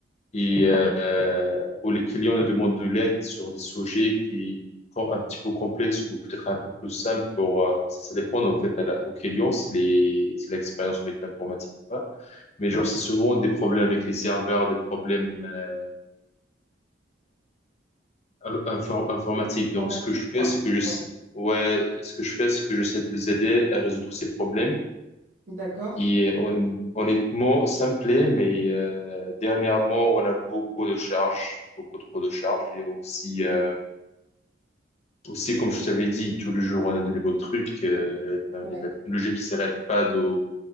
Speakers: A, on the left; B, on the right.
A: et euh, où les clients nous demandent de l'aide sur des sujets qui sont un petit peu complexes ou peut-être un peu plus simples pour euh, ça, ça dépend en fait à la, au client si les c'est l'expérience avec l'informatique ou pas. Mais genre c'est souvent des problèmes avec les serveurs, des problèmes euh, in- infor- informatiques.
B: Informatique,
A: Donc ce que je fais,
B: quoi.
A: c'est que
B: Ouais.
A: je ouais, ce que je fais, c'est que j'essaie de les aider à résoudre ces problèmes
B: D'accord.
A: Et hon- honnêtement, ça me plaît, mais euh, dernièrement, on a beaucoup de charges, beaucoup trop de charges. Et aussi, euh, aussi comme je t'avais dit, tous les jours, on a de nouveaux trucs, euh, enfin,
B: Ouais.
A: des- la technologie qui s'arrête pas de,